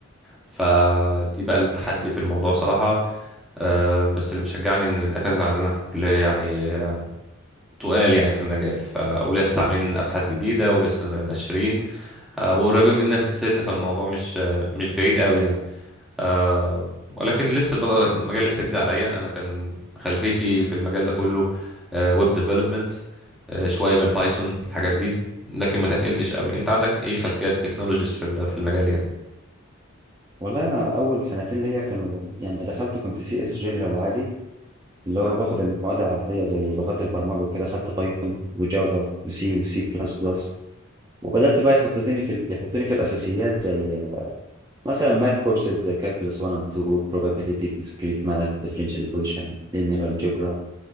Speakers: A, in the centre; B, on the right.
A: فدي بقى التحدي في الموضوع صراحة آه، بس اللي مشجعني ان الدكاترة عندنا في الكلية يعني آه، تقال يعني في المجال ف- ولسه عاملين ابحاث جديدة ولسه ناشرين آه، وقريبين مننا في السن فالموضوع مش آه، مش بعيد قوي يعني آه ولكن لسه البدأ- المجال لسه جديد عليا انا كان خلفيتي في المجال ده كله ويب ديفلوبمنت شويه من بايثون الحاجات دي لكن ما تقلتش قوي انت عندك ايه خلفيات تكنولوجيز في ال- في المجال يعني
B: والله انا اول سنتين ليا كانوا يعني دخلت كنت سي اس جنرال عادي اللي هو باخد المواد العاديه زي لغات البرمجه وكده خدت بايثون وجافا وسي وسي بلس بلس وبدات بقى يحطوني في يحطوني في الاساسيات زي مثلا ماث كورسز زي كالكولس 1 and 2 probability discrete math differential equation linear algebra